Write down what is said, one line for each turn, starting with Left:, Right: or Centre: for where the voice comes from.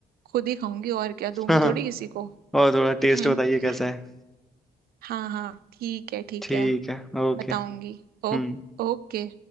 Right: खुद ही खाऊंगी और क्या
Centre: <laughs>
Right: दूंगी
Centre: हाँ
Right: थोड़ी किसी को
Centre: और थोड़ा टेस्ट
Right: हम्म
Centre: बताइए कैसा है
Right: हाँ हाँ ठीक है ठीक
Centre: ठीक
Right: है
Centre: है ओके
Right: बताऊंगी
Centre: हम्म
Right: ओ ओके